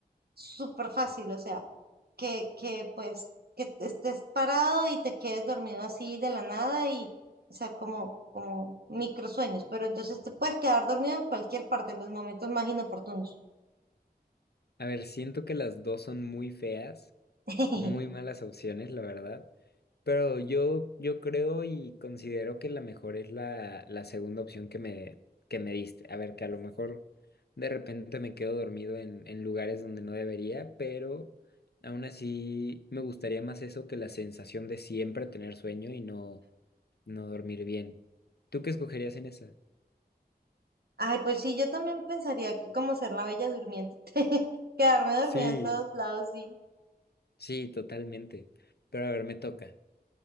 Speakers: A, on the right (about 70°); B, on the left (about 75°).
A: súper fácil, o sea que, que pues que te estés parado y te quedes dormido así de la nada y, o sea, como, como microsueños, pero entonces te puedes quedar dormido en cualquier parte, en los momentos más inoportunos.
B: A ver, siento que las dos son muy feas,
A: <laughs>
B: muy malas opciones, la verdad. Pero yo, yo creo y considero que la mejor es la, la segunda opción que me, que me diste. A ver, que a lo mejor de repente me quedo dormido en, en lugares donde no debería, pero aún así me gustaría más eso que la sensación de siempre tener sueño y no. no dormir bien. ¿Tú qué escogerías en esa?
A: Ay, pues sí, yo también pensaría que como ser la bella durmiente, <laughs> quedarme dormida
B: Sí,
A: en todos lados, sí.
B: Sí, totalmente. Pero a ver, me toca.